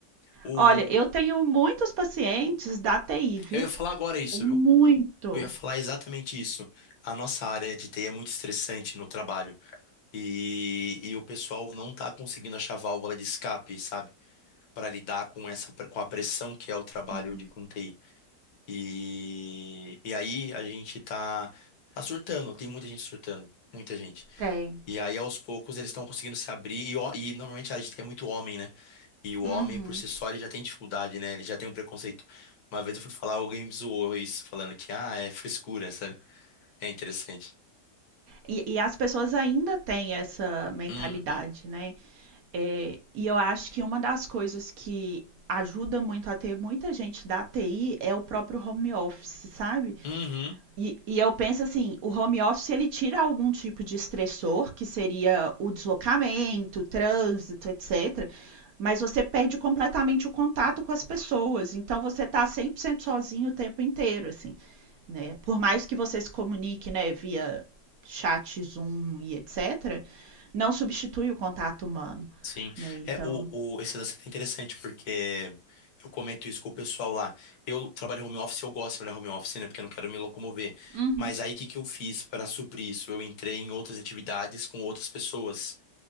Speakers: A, on the left (about 65°); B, on the right (about 65°).
A: O...
B: Olha, eu tenho muitos pacientes da TI, viu?
A: Eu ia falar agora isso,
B: Tenho muito.
A: viu? Eu ia falar exatamente isso. A nossa área de TI é muito estressante no trabalho e, e o pessoal não está conseguindo achar válvula de escape, sabe? Para lidar com essa, com a pressão que é o trabalho
B: Uhum.
A: de com TI. E, e aí a gente tá, tá surtando, tem muita gente surtando, muita gente.
B: Tem.
A: E aí aos poucos eles estão conseguindo se abrir e, ó- e normalmente a área de TI é muito homem, né? E o homem
B: Uhum.
A: por si só ele já tem dificuldade, né? Ele já tem um preconceito. Uma vez eu fui falar, alguém me zoou isso, falando que, ah, é frescura, sabe? É interessante.
B: E, e as pessoas ainda têm essa mentalidade,
A: Uhum.
B: né? É, e eu acho que uma das coisas que ajuda muito a ter muita gente da TI é o próprio home office, sabe?
A: Uhum.
B: E, e eu penso assim, o home office ele tira algum tipo de estressor, que seria o deslocamento, o trânsito, etc. Mas você perde completamente o contato com as pessoas. Então você tá 100% sozinho o tempo inteiro, assim, né? Por mais que você se comunique, né, via chat, Zoom e etc, não substitui o contato humano,
A: Sim.
B: né? Então,
A: É, o, o, esse lance é interessante porque eu comento isso com o pessoal lá. Eu trabalho em home office, eu gosto de trabalhar home office, né? Porque eu não quero me locomover.
B: uhum,
A: Mas aí o que que eu fiz para suprir isso? Eu entrei em outras atividades com outras pessoas,